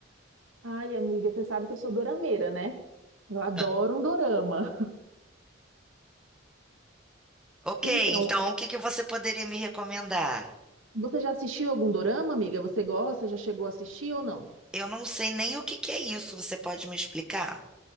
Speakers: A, on the right (about 80°); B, in the centre.
A: Ai, amiga, você sabe que eu sou dorameira, né? Eu adoro
B: Ah,
A: um dorama.
B: Ok,
A: Então,
B: então o que que você poderia me recomendar?
A: você já assistiu algum dorama, amiga? Você gosta? Já chegou a assistir ou não?
B: Eu não sei nem o que que é isso, você pode me explicar?